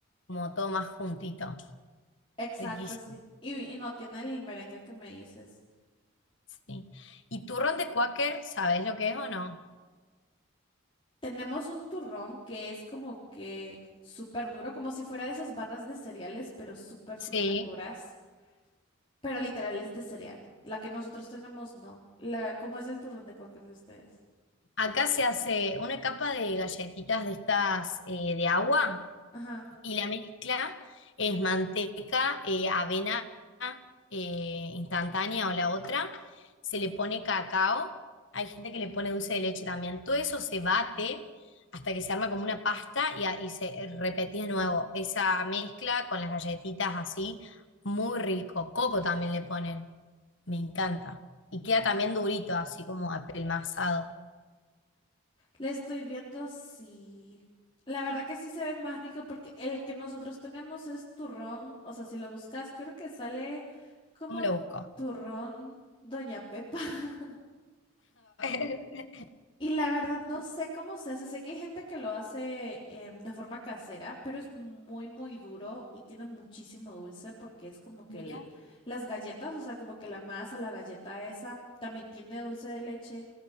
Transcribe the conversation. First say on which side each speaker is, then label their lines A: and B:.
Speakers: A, on the left; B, on the left.
A: como todo más juntito,
B: exacto,
A: riquísimo.
B: sí. Y, y no tiene el merengue que me dices.
A: Sí. ¿Y turrón de cuáquer, sabes lo que es o no?
B: Tenemos un turrón que es como que súper duro, como si fuera de esas barras de cereales, pero súper, súper
A: Sí.
B: duras. Pero literal es de cereal. La que nosotros tenemos, no. La, ¿cómo es el turrón de cualquier de ustedes?
A: Acá se hace una capa de galletitas de estas eh, de agua.
B: Ajá.
A: Y la mezcla es manteca, eh, avena eh, instantánea o la otra. Se le pone cacao. Hay gente que le pone dulce de leche también. Todo eso se bate hasta que se arma como una pasta y, a- y se repetía de nuevo esa mezcla con las galletitas así. Muy rico. Coco también le ponen. Me encanta. Y queda también durito, así como apelmazado.
B: Le estoy viendo si... La verdad que sí se ve más rico porque el que nosotros tenemos es turrón. O sea, si lo buscas, creo que sale como
A: ¿Cómo lo busco?
B: turrón Doña Pepa. <laughs>
A: <laughs>
B: Y la verdad, no sé cómo se hace. Sé que hay gente que lo hace em, de forma casera, pero es muy, muy duro y tiene muchísimo dulce porque es como que
A: Mira,
B: el- las galletas, o sea, como que la masa, la galleta esa, también tiene dulce de leche.